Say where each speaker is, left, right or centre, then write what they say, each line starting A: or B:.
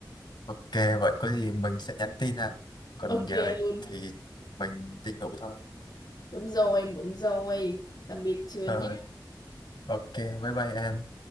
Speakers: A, on the left; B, on the left.
A: Ok, vậy có gì mình sẽ nhắn tin ha. Còn
B: ok
A: giờ
B: luôn
A: thì mình đi ngủ thôi.
B: Đúng rồi, muộn rồi. Tạm biệt trường
A: Ờ,
B: nhé.
A: ok, bye bye em.